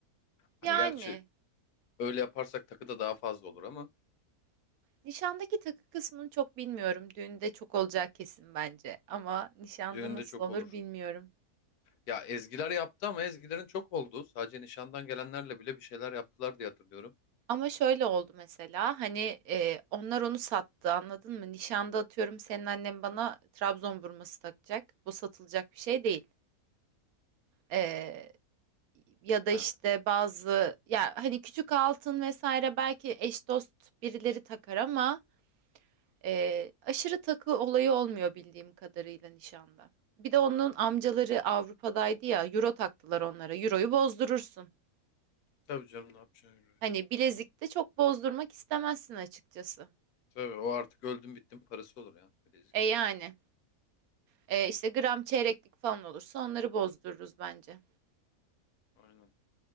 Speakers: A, on the left; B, on the right.
A: Hani
B: Yani
A: gerçi öyle yaparsak takı da daha fazla olur ama
B: nişandaki takı kısmını çok bilmiyorum. Düğünde çok olacak kesin bence. Ama nişanda
A: düğünde
B: nasıl
A: çok
B: olur
A: olur.
B: bilmiyorum.
A: Ya Ezgiler yaptı ama Ezgilerin çok oldu. Sadece nişandan gelenlerle bile bir şeyler yaptılar diye hatırlıyorum.
B: Ama şöyle oldu mesela hani e, onlar onu sattı anladın mı? Nişanda atıyorum senin annen bana Trabzon burması takacak. Bu satılacak bir şey değil. E, ya da
A: He.
B: işte bazı ya hani küçük altın vesaire belki eş dost birileri takar ama e, aşırı takı olayı olmuyor bildiğim kadarıyla nişanda. Bir de onun amcaları Avrupa'daydı ya euro taktılar onlara. Euroyu bozdurursun.
A: Tabii canım ne yapacaksın?
B: Hani bilezikte çok bozdurmak istemezsin açıkçası.
A: Tabii o artık öldüm bittim parası olur ya bilezik.
B: E yani. Ee, işte gram çeyreklik falan olursa onları bozdururuz bence.
A: Aynen.